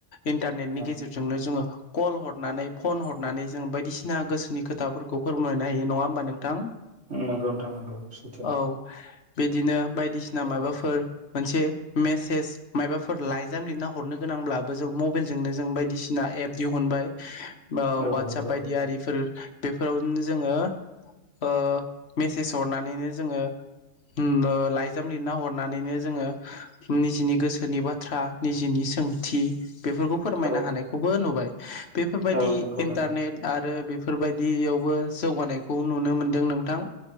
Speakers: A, on the left; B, on the right.
A: इन्टारनेटनि
B: औ
A: गेजेरजोंनो जोङो कल हरनानै फन हरनानै जों बायदिसिना गोसोनि खोथाफोरखौ फोरमायनो हायो नङा होमबा नोंथां
B: नोंगौ नोंथां नोंगौ सैथो।
A: औ बिदिनो बायदिसिना माबाफोर
B: औ
A: मोनसे मेस मायफोर ला जाम लिरना हरनो गोनांब्लाबो जों मबाइलजोंनो जों बायदिसिना एप दिहु मोनबाय ओ
B: औ
A: वाटसाप
B: नंगौ
A: बायदि आरिफोर बेफोरावनो जोङो ओ मेसेज हरनानैनो जोङो उम ओ लाय जाम लिरना हरनानैनो जोङो निजिनि गोसोनि बाथ्रा निजिनि सोंथि बेफोरखौ फोरमायनो
B: औ
A: हानायखौबो नुबाय। बेफोरबायदि
B: औ नंगौ
A: इन्टारनेट
B: दे
A: आरो बेफोरबायदियावबो जौगानायखौ नुनो मोनदों नोंथां।